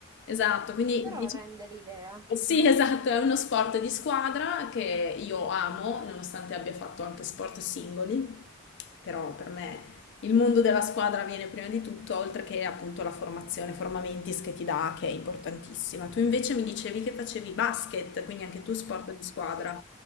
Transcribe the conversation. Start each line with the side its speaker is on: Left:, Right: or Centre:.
Left: Esatto, quindi
Right: Però
Left: diciamo-
Right: rende l'idea.
Left: sì, esatto, è uno sport di squadra che io amo, nonostante abbia fatto anche sport singoli, però per me il mondo della squadra viene prima di tutto, oltre che appunto la formazione, Formamentis che ti dà, che è importantissima. Tu invece mi dicevi che facevi basket, quindi anche tu sport di squadra.
Right: Sì,